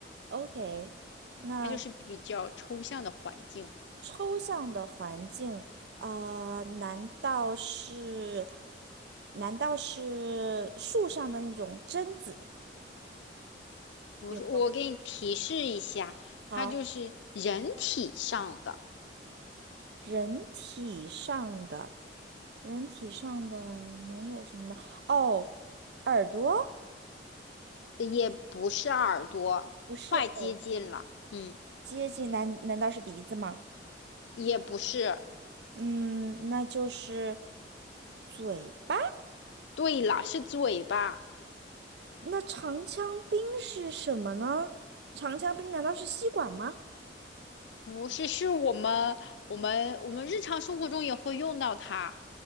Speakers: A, on the right (about 65°); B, on the left (about 80°).
A: ，OK，那
B: 它就是比较抽象的环境。
A: 抽象的环境啊，呃难道是难道是树上的那种榛子？
B: 我说我给你提示一下，
A: 有没有？好
B: 它就是人体上的，
A: 人体上的，人体上的能有什么呢？哦，耳朵
B: 也不是耳朵，
A: 不是耳
B: 快接近了，嗯，
A: 接近，难难道是鼻子吗？
B: 也不是，
A: 嗯，那就是嘴巴。
B: 对了，是嘴巴，
A: 那长枪兵是什么呢？长枪兵难道是吸管吗？
B: 不是，是我们我们我们日常生活中也会用到它。